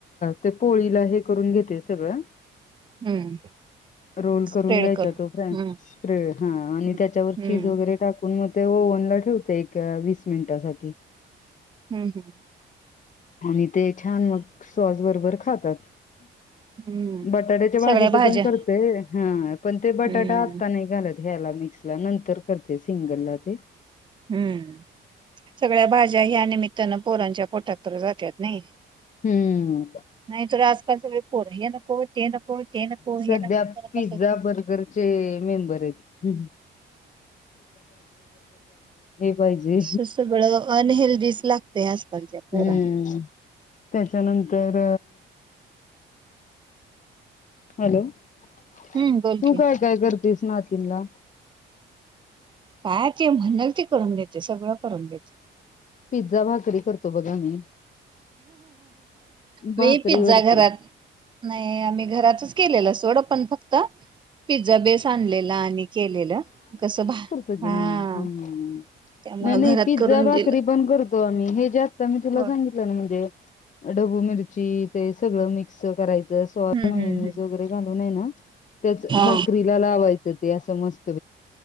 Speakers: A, on the left (about 40°); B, on the right (about 25°).
A: ते पोळीला हे करून घेते सगळं
B: हम्म
A: रोल
B: स्प्रेड
A: करून घ्यायचा तो फा
B: हम्म
A: स्प्रेड हा आणि
B: हम्म
A: त्याच्यावर चीज वगैरे टाकून ते ओनला ठेवते एक वीस मिनिटासाठी
B: हम् हम्म
A: आणि ते छान मग सॉस बरोबर खातात,
B: हम्म
A: बटाट्याच्या भाजीच
B: सगळ्या भाज्या
A: पण करतेय हा पण ते बटाटा
B: हम्म
A: आता नाही घालत. ह्याला मिक्स ला नंतर करते सिंगल ला ते
B: हम्म सगळ्या भाज्या ह्या निमित्तानं पोरांच्या पोटात तर जातत नाही
A: हम्म
B: नाही तर आजकालच वे पोरही नको ते नको ते नको
A: सध्या
B: हे नको करत
A: पिझ्झा
B: असायचं.
A: बर्गरचे मेंबर आहेत हम पाहिजे
B: स बळं अनहेल्दीच लागतेय आजकालच्या
A: हम्म
B: होर ना
A: त्याच्यानंतर? हॅलो तू
B: हम्म बोल की
A: काय काय कर कृष्नातिला
B: काय ते म्हणणाल ती करून देते सगळं करून देते.
A: पिझ्झा भाकरी करतो बघा मी
B: मी
A: बाकरीवररते
B: पिझ्झा घरात नाही आम्ही घरातच केलेलं सोड आपण फक्त पिझ्झा बेस आणलेला आणि केलेलं कसं
A: प्रगे
B: हा
A: म्ह हम्म
B: त्यामुळं
A: नाही
B: घरात
A: पिझ्झा
B: करून
A: भाकरी
B: दिलं.
A: पण करतो आम्ही हे जे आता मी तुला
B: हो
A: सांगितलं म्हणजे ढबू मिरची ते सगळं मिक्स करायचं. स
B: हम्म
A: म
B: हम्म हम्म.
A: वगैरे घालून आहे ना त्याच
B: हा.
A: भाकरीला लावाच अस मस्त